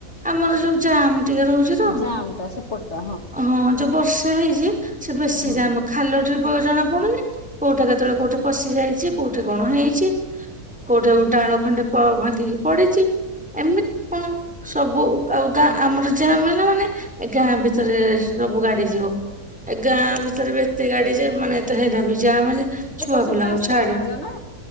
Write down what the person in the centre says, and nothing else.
ଆମର ଯୋଉ ଜାମ୍ ଟିକେ ରହୁ ଛି ତ
ଆଉ ହଁ ଯୋଉ ବର୍ଷା ହେଇଚି ସେ ବେଶି
ଜାମ୍ ଖାଲ ଢି ପ ଜଣା ପଡୁନି କୋଉଠା କେତେବେଳେ କୋଉଠି ପଶି ଯାଇଚି କୋଉଠେ କଣ ହେଇଚି। କୋଉଠେ ଉ ଡାଳ ଖଣ୍ଡେ ପ ଭାଙ୍ଗିକି ପଡିଚି। ଏମିତି କଣ ସବୁ ଉ ଆଉ ଗାଁ ଆମର ଜାମ୍ ହେଲା ମାନେ ଏ ଗାଁ ଭିତରେ ସବୁ ଗାଡି ଯିବ। ଏ ଗାଁ ଭିତରେ ବି ଏତେ ଗାଡି ଯେ ମାନେ ଏତେ ହଇରାଣ ବି ଜାମ୍ ଯେ
ଛୁଆପୁଲାଙ୍କୁ
ଛାଡିବ